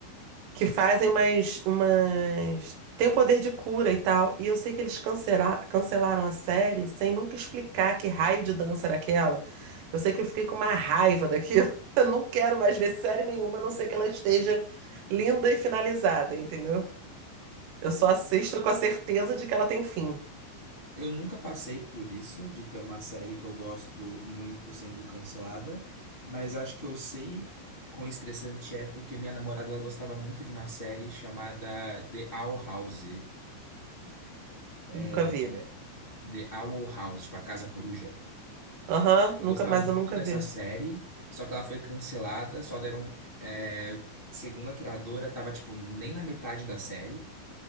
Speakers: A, on the right; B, on the left.
A: que fazem umas, umas... Tem o poder de cura e tal. E eu sei que eles cancela- cancelaram a série sem nunca explicar que raio de dança era aquela. Eu sei que eu fiquei com uma raiva daquilo. <laughs> Eu não quero mais ver série nenhuma, a não ser que ela esteja linda e finalizada, entendeu? Eu só assisto com a certeza de que ela tem fim.
B: Eu nunca passei por isso, de ter uma série que eu gosto muito sendo cancelada, mas acho que eu sei quão estressante é porque minha namorada ela gostava muito de uma série chamada The Owl House. É,
A: Nunca vi.
B: é, The Owl House, tipo a Casa Coruja.
A: Aham,
B: Eu
A: nunca,
B: gostava
A: mas
B: muito
A: eu nunca
B: dessa
A: vi.
B: série, só que ela foi cancelada, só deram. é, segundo a criadora, tava tipo nem na metade da série.